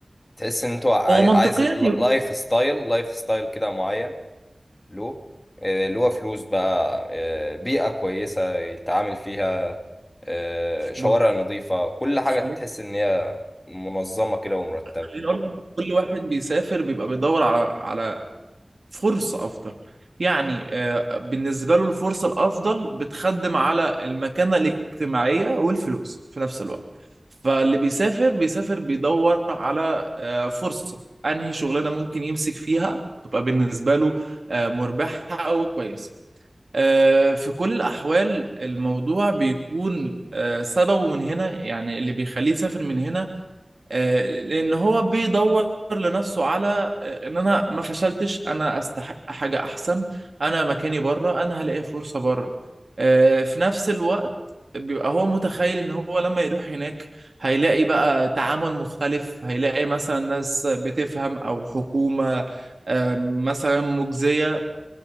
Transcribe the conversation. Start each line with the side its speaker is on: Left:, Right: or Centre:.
Left: تحس إن أنتوا عاي-
Right: هو منطقيا
Left: عايز لايف
Right: ي-
Left: ستايل لايف ستايل كده معين له آه، اللي هو فلوس بقى آه، بيئة كويسة يتعامل فيها آه، شوارع
Right: بص
Left: نظيفة كل حاجة تحس
Right: خليني
Left: إن هي منظمة كده ومرتبة
Right: خليني اقول لك كل واحد بيسافر بيبقى بيدور على على فرصة أفضل يعني آه، بالنسبة له الفرصة الأفضل بتخدم على المكانة الاجتماعية والفلوس في نفس الوقت فاللي بيسافر بيسافر بيدور على آه، فرصة أنهي شغلانة ممكن يمسك فيها تبقى بالنسبة له آه، مربحة أو كويسة آه، في كل الأحوال الموضوع بيكون آه، سببه من هنا يعني اللي بيخليه يسافر من هنا آه، لان هو بيدور لنفسه على آه، ان انا ما فشلتش انا استحق حاجه احسن انا مكاني بره انا هلاقي فرصه بره آه، في نفس الوقت بيبقى هو متخيل ان هو لما يروح هناك هيلاقي بقى تعامل مختلف هيلاقي مثلا ناس بتفهم او حكومه آه، مثلا مجزيه